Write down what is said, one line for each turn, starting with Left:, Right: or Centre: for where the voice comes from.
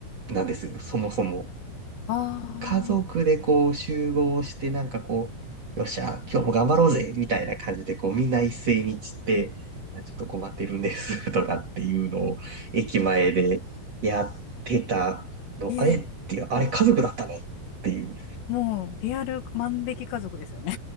Right: なんですよ、そもそも。
Left: あ
Right: 家族でこう集合して、
Left: あ、
Right: なんかこう、よっしゃ、今日も頑張ろうぜ、みたいな感じで、こう、みんな一斉に散って、いや、ちょっと困ってるんです、<laughs> とかっていうのを、駅前でやってたの、
Left: いえ、
Right: あれっていう、あれ家族だったのっていう、
Left: もう、リアル万引き家族ですよね。